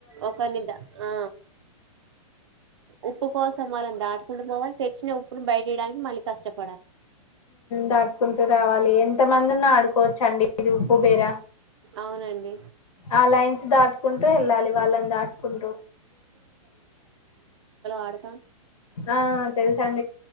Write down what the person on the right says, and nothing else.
ఒక నిద ఆ ఉప్పు కోసం అన దాటుకుం పోాల తెచ్చిన ఉప్పును బయటేయడానికి మళ్ళ కష్టప
అవునండి
ఆడ